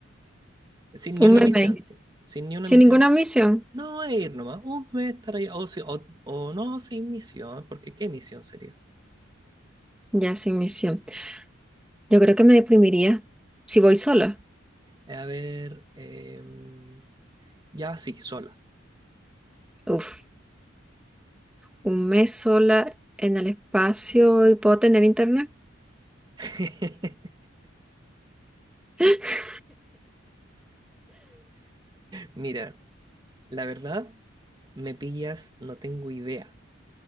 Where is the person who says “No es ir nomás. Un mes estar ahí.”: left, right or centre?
Right